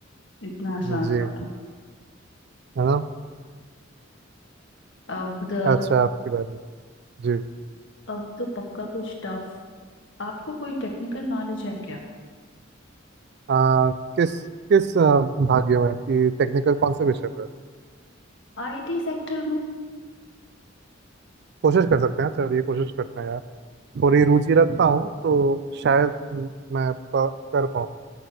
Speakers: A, on the left; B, on the right.
A: इतना आसान
B: जी
A: सवाल
B: है ना
A: अब द
B: अच्छा आपकी बारी जी
A: अब तो पक्का कुछ टफ आपको कोई टेक्निकल नॉलेज है क्या
B: आ, किस किस आ, भाग्य में कि टेक्निकल कौन से विषय पर
A: आईटी सेक्टर में
B: कोशिश कर सकते हैं चलिए कोशिश करते हैं यार थोड़ी रुचि रखता हूँ तो शायद म, मैं प, कर पाऊँ